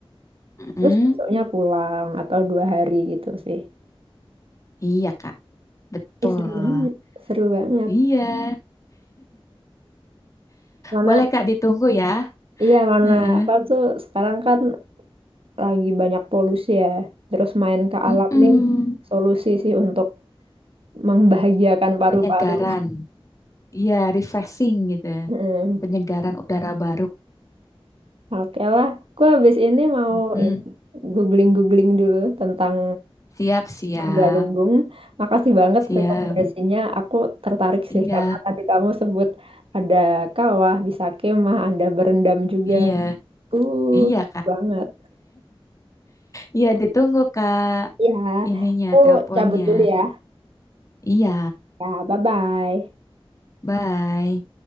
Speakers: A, on the left; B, on the right.
A: Mm-mm.
B: terus besoknya pulang atau dua hari gitu sih.
A: Iya, Kak. Betul.
B: Ih, seru banget, seru banget.
A: Iya.
B: Mana,
A: Boleh, Kak, ditunggu ya.
B: iya mana
A: Heeh.
B: apa tuh sekarang kan lagi banyak polusi ya. Terus main ke
A: Mm-mm.
B: alam nih solusi sih untuk membahagiakan paru-paru.
A: Penyegaran. Iya, refreshing gitu.
B: Hmm,
A: Penyegaran udara baru.
B: Oke lah, gue habis ini mau
A: Mm-mm.
B: ini googling-googling dulu tentang
A: Siap, siap.
B: Galunggung. Makasih banget
A: Siap.
B: rekomendasinya. Aku tertarik sih
A: Iya.
B: karena tadi kamu sebut ada kawah, bisa kemah, ada berendam juga.
A: Iya.
B: Uh,
A: Iya, Kak.
B: banget.
A: Iya, ditunggu, Kak.
B: Ya,
A: ininya,
B: aku
A: teleponnya.
B: cabut dulu ya.
A: Iya,
B: Ya, bye-bye.
A: bye.